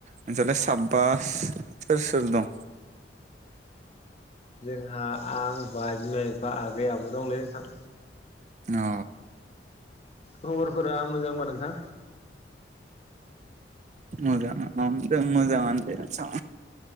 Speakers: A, on the right; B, on the left.
A: नोंसालाय साबबा सोस सोर दं? <inaudible>
B: जोंहा आं बा बिमा बिफा आगै आबौ दंलै नोंथां।
A: नौ।
B: खबर फोरा मोजांबा नोंथां?
A: मोजां मोजां मजांयानो दे नोंथां।